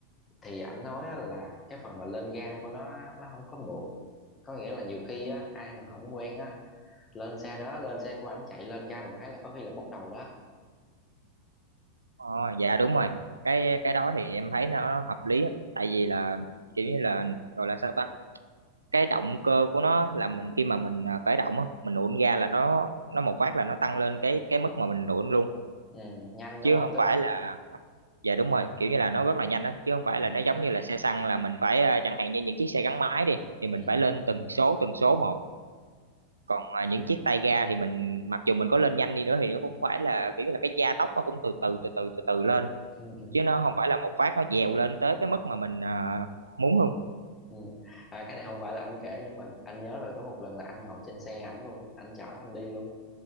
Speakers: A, on the left (about 20°); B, on the right (about 80°).
A: thì ảnh nói á là cái phần mà lên ga của nó nó không có mượt có nghĩa là nhiều khi á ai mà không quen á lên xe đó lên xe của ảnh chạy lên ga một cái là có khi là bốc đầu đó
B: Ờ, dạ đúng rồi cái cái đó thì em thấy nó hợp lý á. tại vì là kiểu như là gọi là sao ta cái động cơ của nó là mình khi mà mình à, khởi động á mình nổ ga là nó nó một phát là nó tăng lên cái cái mức mà mình nổ luôn
A: ừ, nhanh
B: chứ
A: đúng không
B: không
A: tức
B: phải
A: là
B: là dạ đúng rồi kiểu như là nó rất là nhanh á chứ không phải
A: ừ,
B: là nó giống như là xe xăng là mình phải à, chẳng hạn như những chiếc xe gắn máy đi thì mình
A: ừ,
B: phải lên từng số từng số một còn à, những chiếc tay ga thì mình mặc dù mình có lên nhanh đi nữa thì nó cũng phải là kiểu như là cái gia tốc nó cũng từ từ từ từ từ từ lên
A: ừ.
B: chứ nó
A: <laughs>
B: không phải là một phát nó dèo lên tới cái mức mà mình à, muốn luôn
A: ừ. à, cái này không phải là anh kể nữa mà anh nhớ rồi có một lần là anh ngồi trên xe ảnh luôn anh chở anh đi luôn